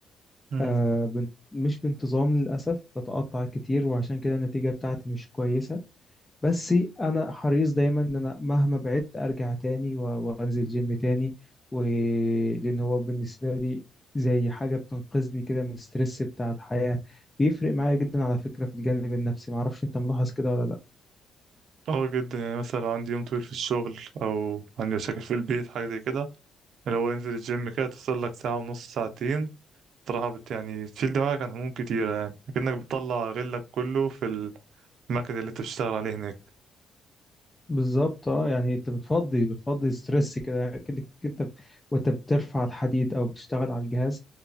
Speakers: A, on the right (about 70°); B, on the left (about 15°).
A: مم.
B: آه بن- مش بانتظام للأسف بتقطع كتير وعشان كده النتيجة بتاعتي مش كويسة بس انا حريص دايما ان انا مهما بعدت ارجع تاني و- وانزل جيم تاني ولان هو بالنسبه لي زي حاجه بتنقذني كده من الستريس بتاع الحياه بيفرق معايا جدا على فكره في الجانب النفسي معرفش انت ملاحظ كده ولا لا
A: اه جدا يعني مثلا لو عندي يوم طويل في الشغل او عندي مشاكل في البيت حاجه زي كده اللي هو انزل الجيم كده تفصل لك ساعه ونص ساعتين صراحة بت يعني تشيل دماغك عن هموم كتيرة يعني كأنك بتطلع غلك كله في المكن اللي انت بتشتغل عليه هناك
B: بالظبط اه يعني انت بتفضي بتفضي ستريس كده يعني كأنك انت ب- وانت بترفع الحديد او بتشتغل على الجهاز